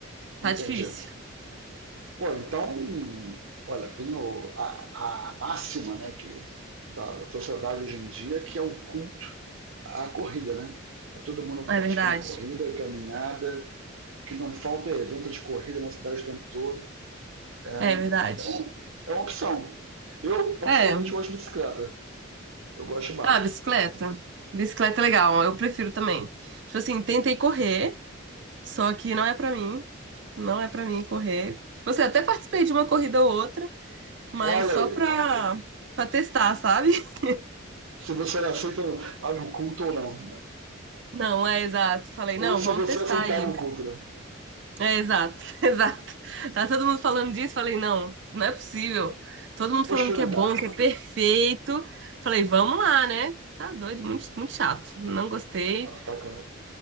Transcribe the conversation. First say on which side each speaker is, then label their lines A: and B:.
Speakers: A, on the right; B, on the right.
A: entendi.
B: Tá difícil.
A: Pô, então, hum, olha, tem o- a, a máxima, né, que da sociedade hoje em dia, que é o culto à corrida, né? Tá todo mundo
B: É
A: praticando
B: verdade.
A: corrida, caminhada, o que não falta é evento de corrida na cidade o tempo todo. É,
B: É verdade.
A: é, um- é uma opção. Eu, particularmente,
B: É.
A: gosto de bicicleta. Eu gosto de bike.
B: Ah, bicicleta. Bicicleta é legal, eu prefiro também. Tipo assim, tentei correr. Só que não é pra mim, não é pra mim correr. Tipo assim, até participei de uma corrida ou outra, mas
A: Olha
B: só
A: aí,
B: pra, pra testar, sabe? <laughs>
A: se você aceita ah, no culto ou não.
B: Não, é exato. Falei,
A: Ou
B: não,
A: se
B: vamos
A: você
B: testar
A: aceitava
B: aí.
A: o culto, né?
B: É exato, <laughs> exato. Tá todo mundo falando disso, falei, não, não é possível. Todo mundo
A: Vou
B: falando
A: experimentar.
B: que é bom, que é perfeito. Falei, vamos lá, né? Tá doido, muito, muito chato. Não gostei.
A: Só bacana.